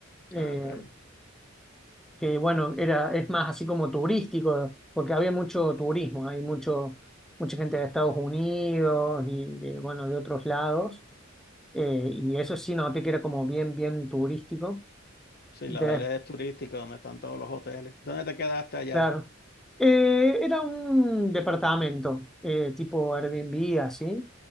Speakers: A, in the centre; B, on the left (about 50°).
A: eh,
B: ah, ok.
A: que bueno, era, es más así como turístico, porque había mucho turismo, hay mucho, mucha gente de Estados Unidos y de, bueno, de otros lados, eh, y eso sí noté que era como bien, bien turístico.
B: Sí,
A: De,
B: la Verde es turística, donde están todos los hoteles. ¿Dónde te quedaste allá?
A: claro. Eh, era un departamento, eh, tipo Airbnb, así.